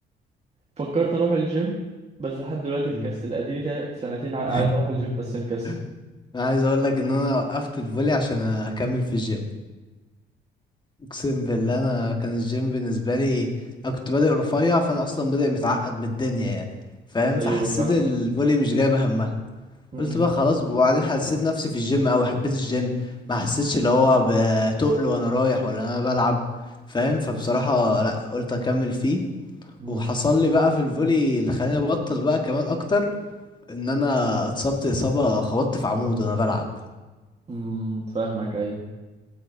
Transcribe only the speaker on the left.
مم.
<laughs>
انا عايز اقول لك ان انا وقفت الفولي عشان اكمل في الجيم اقسم بالله انا كان الجيم بالنسبه لي انا كنت بادئ رفيع فانا اصلا بادئ متعقد من الدنيا يعني فاهم
فحسيت الفولي مش جايبه همها
قلت بقى خلاص وبعدين حسيت نفسي في الجيم اوي حبيت الجيم ما حسيتش اللي هو بتقل وانا رايح ولا انا بلعب فاهم فبصراحه لا قلت اكمل فيه
وحصل لي بقى في الفولي اللي خلاني ابطل بقى كمان اكتر ان انا اتصبت اصابه خبطت في عمود وانا بلعب